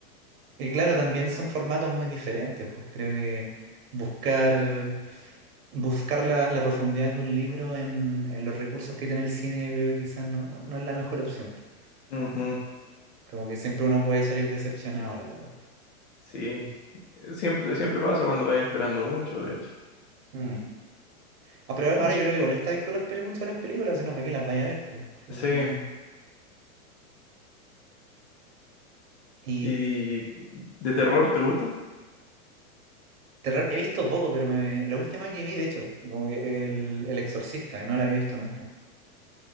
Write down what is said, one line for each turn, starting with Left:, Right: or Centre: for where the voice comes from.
Right: Y claro, también son formatos muy diferentes, pues creo que buscar, buscar la, la profundidad de un libro en, en los recursos que tiene el cine, yo creo que quizás no, no, no es la mejor opción. pues.
Left: Ujú,
Right: Como que siempre uno puede salir decepcionado, la verdad.
Left: Sí, siempre, siempre pasa cuando vas esperando mucho, de hecho.
Right: Mm. Ah, pero
Left: Mm,
Right: ahora yo creo que igual está bien que uno espere mucho de las películas, sino para que las vaya a ver. po, porque
Left: Sí.
Right: no- Y
Left: ¿Y de terror te gustan?
Right: terror he visto poco, pero me- la última que vi, de hecho, como que el, el Exorcista, que no la había visto nunca.